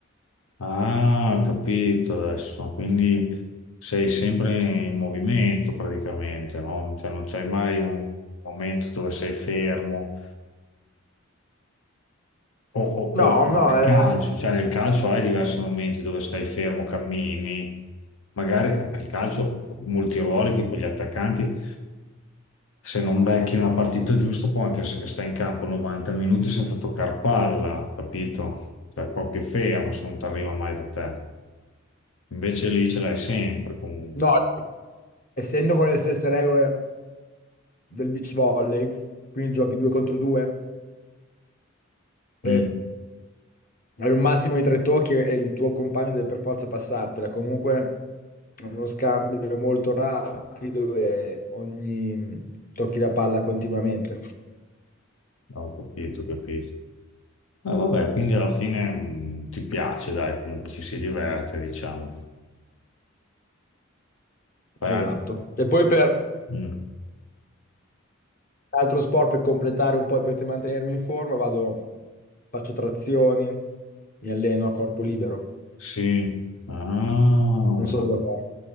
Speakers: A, on the left (about 80°); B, on the left (about 45°).
A: Ah, ho capito adesso. Quindi sei sempre in movimento praticamente, no? Cioè, non c'hai mai un momento dove sei fermo. O, o-
B: No,
A: o
B: no,
A: nel
B: eh,
A: calcio, cioè nel calcio hai diversi momenti dove stai fermo, cammini. Magari nel calcio molti ruoli, tipo gli attaccanti, se non becchi una partita giusta, può anche essere che stai in campo 90 minuti senza toccare palla, capito? Cioè proprio fermo se non ti arriva mai da te. Invece lì ce l'hai sempre comunque.
B: no, essendo con le stesse regole del beach volley, quindi giochi due contro due,
A: Mm,
B: e Hai un massimo di tre tocchi e il tuo compagno deve per forza passartela. Comunque è uno scambio molto rapido e ogni tocchi la palla continuamente.
A: Ho capito, ho capito. Eh, vabbè, quindi alla fine mh, ti piace, dai, comunque ci si diverte, diciamo. Fai
B: Esatto.
A: anche-
B: E poi per
A: mm.
B: altro sport per completare un po' e per mantenermi in forma, vado, faccio trazioni, mi alleno a corpo libero.
A: Sì. Ah,
B: Non so cosa fare.